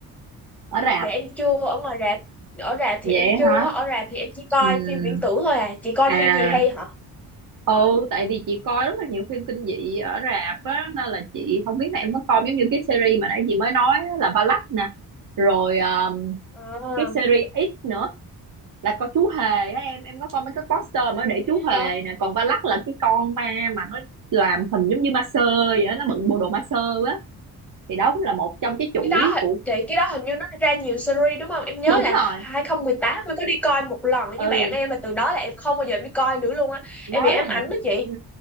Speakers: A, on the right; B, in the centre.
A: Ở rạp
B: dạ em chưa ở ngoài rạp ở rạp thì
A: vậy
B: em chưa
A: hả?
B: á. ở rạp thì em chỉ coi
A: Ừm,
B: phim viễn tưởng thôi à chị coi
A: à
B: phim gì hay hả
A: ừ tại vì chị coi rất là nhiều phim kinh dị ở rạp á nên là chị không biết là em có coi giống như cái series mà nãy chị mới nói á, là Valak nè. Rồi ờm,
B: à,
A: cái series X nữa là con chú hề á em em có coi mấy cái poster mới để
B: thế
A: chú hề
B: hả
A: nè còn Valak là cái con ma mà nó làm hình giống như ma sơ vậy á nó bận bộ đồ ma sơ á thì đó cũng là một trong cái chuỗi
B: cái đó hình-
A: của
B: chị cái đó hình như nó ra nhiều series đúng không em nhớ
A: đúng
B: là
A: rồi
B: 2018 mới có đi coi một lần
A: ừ
B: với bạn em mà từ đó là em không bao giờ em đi coi nữa luôn á
A: nó
B: em bị ám
A: là một
B: ảnh đó chị
A: ừ,